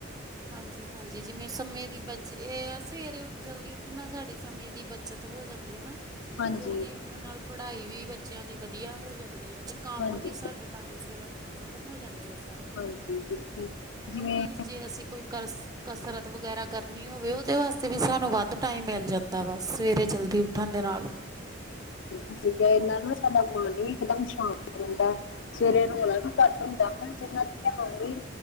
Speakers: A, on the right (about 20°); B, on the left (about 65°).
A: ਹਾਂਜੀ ਹਾਂਜੀ ਜਿਵੇਂ ਸਮੇਂ ਦੀ ਬਚ ਇਹ ਆ ਸਵੇਰੇ ਜਲਦੀ ਉੱਠ ਉੱਠਣ ਨਾਲ ਸਾਡੀ ਸਮੇਂ ਦੀ ਬੱਚਤ ਹੋ ਜਾਂਦੀ ਹੈ ਨਾ
B: ਹਾਂਜੀ
A: ਜਲਦੀ ਉੱਠਣ ਨਾਲ ਪੜ੍ਹਾਈ ਵੀ ਬੱਚਿਆਂ ਦੀ ਵਧੀਆ ਹੋ ਜਾਂਦੀ ਹੈ ਅਤੇ ਕੰਮ
B: ਹਾਂਜੀ
A: ਵੀ ਸਾਡੇ ਟਾਈਮ ਸਿਰ ਖਤਮ ਹੋ ਜਾਂਦੇ ਆ ਸਾਰੇ
B: ਹਾਂਜੀ ਬਿਲਕੁਲ
A: ਹੈਨਾ
B: ਜਿਵੇਂ
A: ਜੀ ਜੇ ਅਸੀਂ ਕੋਈ ਕਰਸ- ਕਸਰਤ ਵਗੈਰਾ ਕਰਨੀ ਹੋਵੇ ਉਹਦੇ ਵਾਸਤੇ ਵੀ ਸਾਨੂੰ ਵੱਧ ਟਾਈਮ ਮਿਲ ਜਾਂਦੈ ਦਾ ਬਸ ਸਵੇਰੇ ਜਲਦੀ ਉੱਠਣ ਦੇ ਨਾਲ
B: ਅਸੀਂ ਕਿਹਾ ਇਹ ਨਾਲ ਨਾ ਸਾਡਾ ਮਨ ਵੀ ਇੱਕਦਮ ਸ਼ਾਂਤ ਰਹਿੰਦਾ ਸਵੇਰੇ ਰੌਲਾ ਵੀ ਘੱਟ ਹੁੰਦਾ ਧਿਆਨ ਵੀ